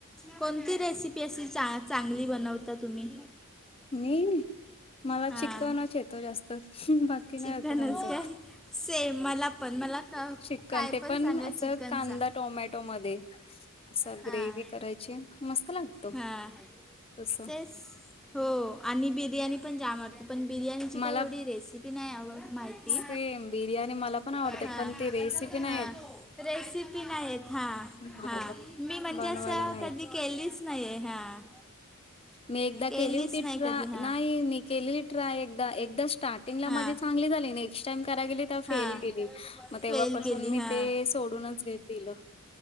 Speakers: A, in the centre; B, on the left.
A: कोणती रेसिपी अशी चांगली बनवता तुम्ही?
B: मी मला
A: हां
B: चिकनच येतो जास्त कि नाही
A: चिकनच
B: अस, कोणत
A: काय सेम मला पण मला का
B: चिकन
A: काय
B: ते पण
A: सांगा
B: असं
A: चिकनचा
B: कांदा टोमॅटो मध्ये असा
A: हां
B: ग्रेवी करायची मस्त लागतो
A: हां
B: तस
A: तेच हो आणि बिर्याणी पण जाम आवडते. पण बिर्याणीची काही
B: मला
A: एवढी रेसिपी नाही आव माहिती
B: सेम बिर्याणी मला पण आवडते
A: हां
B: पण ती रेसिपी नाही
A: हा
B: येत
A: रेसिपी नाही येत हा-हा
B: हा
A: मी म्हणजे
B: बनवायला
A: असं
B: नाही
A: कधी
B: येत.
A: केलीच नाही आहे हां
B: मी एकदा
A: केलीच
B: केली होती
A: नाही
B: ट्रा
A: कधी हां
B: नाई मी केली. ट्राय एकदा एकदा स्टार्टिंगला
A: हां
B: माझे चांगले झाले नाही. नेक्स्ट टाइम करायला गेली. तर
A: हां
B: फेल गेली मग तेव्हापासून
A: फेल केली
B: मी
A: हां
B: ते सोडूनच घेत दिलं.